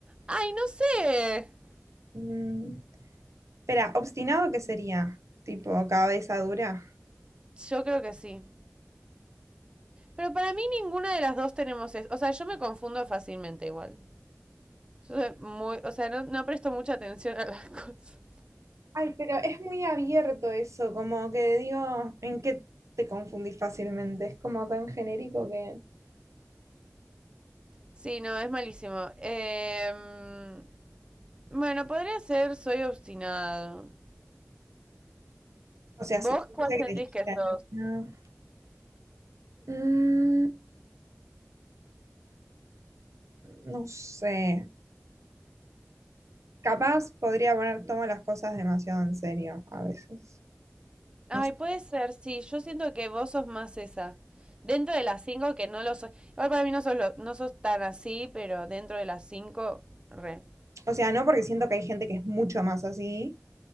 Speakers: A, on the right; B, on the right.
A: ¡Ay, no sé!
B: Mm. Espera, obstinado, ¿qué sería? Tipo, cabeza dura.
A: Yo creo que sí. Pero para mí ninguna de las dos tenemos eso. O sea, yo me confundo fácilmente igual. Yo soy muy... O sea, no, no presto mucha atención a las <laughs> cosas.
B: Ay, pero es muy abierto eso, como que digo, ¿en qué te confundís fácilmente? Es como tan genérico que...
A: Sí, no, es malísimo. Eh... Bueno, podría ser soy obstinado.
B: O sea,
A: ¿Vos
B: si te
A: cuál
B: dice
A: sentís
B: que dijiste,
A: que sos?
B: no. Mm, no sé. Capaz podría poner, tomo las cosas demasiado en serio a veces.
A: Ay,
B: No sé.
A: puede ser, sí. Yo siento que vos sos más esa. Dentro de las cinco que no lo sos. Igual para mí no sos, lo- no sos tan así, pero dentro de las cinco, re.
B: O sea, no porque siento que hay gente que es mucho más así